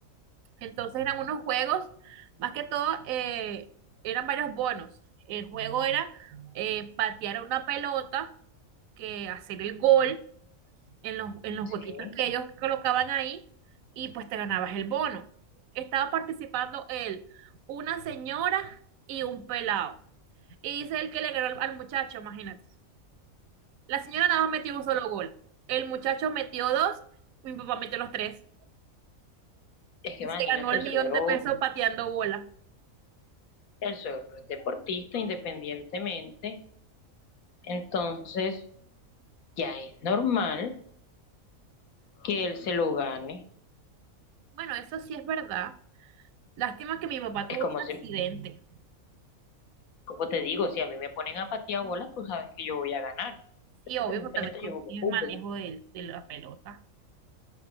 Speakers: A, on the right; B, on the left.
A: Entonces eran unos juegos, más que todo, eh, eran varios bonos. El juego era eh, patear una pelota, que hacer el gol en los, en los
B: Sí,
A: huequitos que ellos colocaban ahí y pues te ganabas el bono. Estaba participando él, una señora y un pelado. Y dice el que le ganó al, al muchacho, imagínate. La señora nada más metió un solo gol. El muchacho metió dos, mi papá metió los tres.
B: es que
A: Y
B: imagínate,
A: se ganó el
B: el suegro,
A: millón de pesos pateando bola.
B: el suegro es deportista independientemente, entonces ya es normal que él se lo gane.
A: Bueno, eso sí es verdad. Lástima que mi papá
B: Es
A: tuvo
B: como
A: un
B: si,
A: accidente.
B: como te digo, si a mí me ponen a patear bola, tú sabes que yo voy a ganar.
A: Sí,
B: Independientemente
A: obvio, porque también tú
B: yo jugué
A: tienes
B: fútbol.
A: manejo de, de la pelota.